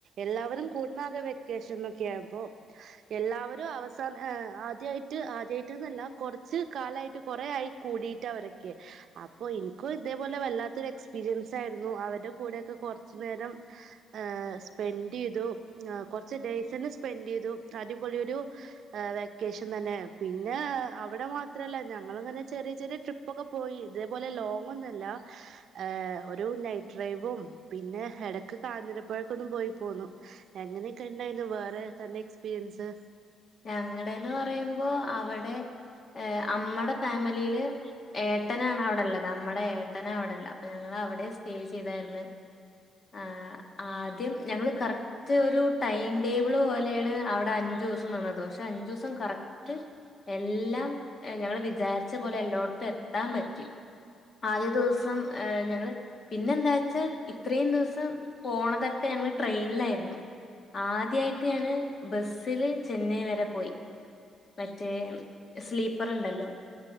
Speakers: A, on the right (about 70°); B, on the left (about 40°).
A: എല്ലാവരും കൂടാണത് ആകെ വെക്ക്കേഷനിൽ ഒക്കെ ആണ് അപ്പൊ എല്ലാവരും അവസാന എഹ് ആദ്യായിട്ട് ആദ്യായിട്ടൊന്നുവല്ല കൊറച്ച് കാലായിട്ട് കൊറെ ആയി കൂടീട്ട് ആവരൊക്കെ അപ്പൊ ഇനിക്കും ഇതേ പോലെ വല്ലാത്തൊരു എക്സ്പീരിയൻസ് അയ്രുന്നു അവര്ടെ കൂടെക്കെ കൊറച്ച് നേരം ഏഹ് സ്‌പെന്റ ചെയ്തു ആഹ് കുറച്ചു ഡേയ്‌സ് തന്നെ സ്‌പെന്റ ചെയ്തു അടിപൊളി ഒരു ആഹ് വെക്കേഷൻ തന്നെ പിന്നെ അവിടെ മാത്രം അല്ലാ ഞങ്ങള് എന്ന് പറഞ്ഞാ ചെറിയ ചെറിയ ട്രിപ്പ്‌ ഒക്കെ പോയി ഇദേപോലെ ലോങ്ങ്‌ ഒന്നും അല്ലാ ഏഹ് ഒരു നൈറ്റ്‌ ഡ്രൈവും പിന്നെ എടക്ക് കാഞ്ഞരപള്ളിക്കൊന്നും പോയി പോന്നു എങ്ങനെക്കെ ഇണ്ടാരുന്നു വേറെ തന്റെ എക്സ്പ് പിരിയൻസ്
B: ഞങ്ങടേന്ന് പറയുമ്പോ അവടെ ഏഹ് അമ്മടെ ഫാമിലില് ഏട്ടനാണ് അവിടെ ഇള്ളത് അമ്മടെ ഏട്ടനാ അവിടെ ഇള്ളെ അപ്പ ഞങ്ങള് അവിടെ സ്റ്റേ ചെയ്താരുന്നു ആഹ് ആദ്യം ഞങ്ങൾ കറക്റ്റ് ഒരു ടൈംടേബിള് പോലെണ് അവിട അഞ്ചു ദിവസം നിന്നത് പക്ഷെ അഞ്ച് ദിവസം കറക്റ്റ് എല്ലാം ആഹ് ഞങ്ങള് വിചാരിച്ച പോലെ എല്ലോടുത്തും എത്താൻ പറ്റി ആദ്യദിവസം ഏഹ് ഞങ്ങള് പിന്നെന്താച്ചാ ഇപ്പ് ഇത്രയും ദിവസം പോണതൊക്കെ ഞങ്ങള് ട്രെയിനിലായിരുന്നു ആദ്യായിട്ട് ആണ് ബസ്സില് ചെന്നൈ വരെ പോയി മറ്റേ സ്ലീപ്പർ ഉണ്ടല്ലോ